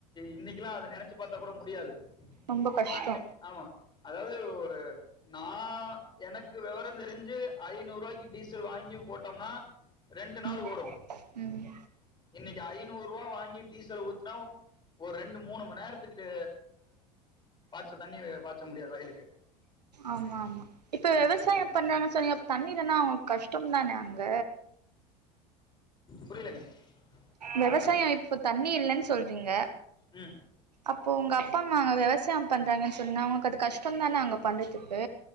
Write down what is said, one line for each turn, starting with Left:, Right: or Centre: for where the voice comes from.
Left: இன்னைக்கெல்லாம் அத நெனைச்சு பாத்தா கூட முடியாது
Right: ரொம்ப கஷ்டோ
Left: அன்னை ஆமா அதாவ்து ஒரு நா எனக்கு விவரம் தெரிஞ்சு ஐநூரூபாய்க்கு டீசல் வாங்கி போட்டோம்னா ரெண்டு நாள்
Right: ம்
Left: ஓடும்
Right: ம்
Left: இன்னைக்கு ஐநூரூவா வாங்கி டீசல் ஊத்துனா ஒரு ரெண்டு மூனு மணி நேரத்துக்கு பாய்ச்ச தண்ணி பாய்ச்ச முடியாது வயிலுக்கு
Right: ஆமா ஆமா இப்ப விவசாயம்
Left: ஒண்ணு.
Right: பண்றாங்க சொன்னிங்க தண்ணி இல்லனா அவுங்களுக்கு கஷ்டம் தான அங்க
Left: புரியலங்க என்னன்னு
Right: விவசாயம்
Left: சொல்லி
Right: இப்போ தண்ணி இல்லன்னு சொல்றீங்க
Left: ம்
Right: அப்போ உங்க அப்பா அம்மா நாங்க விவசாயம் பண்ணுறாங்கன்னு சொன்னா அவுங்களுக்கு அது கஷ்டம் தான அங்க பண்றதுக்கு